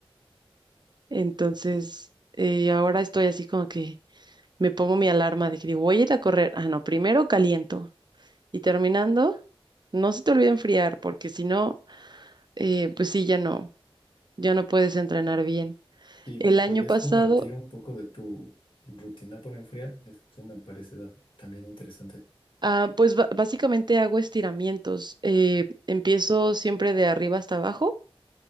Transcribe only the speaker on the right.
Entonces, eh, ahora estoy así como que me pongo mi alarma de que digo, voy a ir a correr. Ah, no, primero caliento y terminando, no se te olvide enfriar, porque si no, eh, pues sí, ya no. ya no puedes entrenar bien.
El
año pasado,
ah, pues ba- básicamente hago estiramientos. eh, empiezo siempre de arriba hasta abajo.